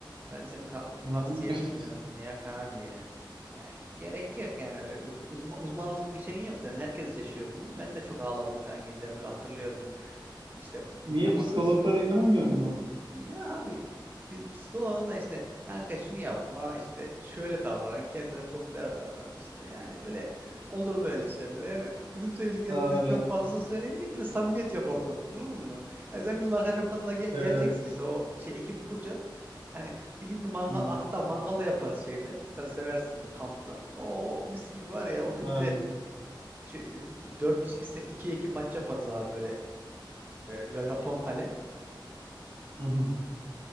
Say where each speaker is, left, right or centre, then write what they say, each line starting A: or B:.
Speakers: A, on the right (about 20°); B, on the right (about 75°).
A: Ben seni ta-
B: inanmıyor.
A: tavsiye etmiyorum onu yak abi ya. Ya gerek yok yani öyle yok, uzma- uzmanlık bir şeyin yok senin. Herkes yaşıyor bunu. Ben de çok ağladım falan geceleri böyle hatırlıyorum. E, işte
B: <laughs> Niye
A: uyuyamadığımı
B: psikologlara inanmıyor mu?
A: ya abi pi- psikoloğuna da işte kanka şunu yapma işte şöyle davran kendine popüler davran işte yani böyle olur böyle şeyler yani bizim söyleyeceklerimizin
B: Yani
A: çok fazlasını söylemeyecek bir de samimiyet yok ortalıkta anladın mı? Yani sen bizim arkadaş ortamına ge- geleceksin
B: evet.
A: işte o şey ekibi kuracağız yani bir gün bir mangal
B: Hı,
A: hatta mangalda yaparız şeyde sen seversin kampta o mis gibi var ya o
B: vermiş.
A: gün bir de şey, dört kişi gitsek iki iki maç yaparız abi böyle e, Japon kale.
B: <laughs>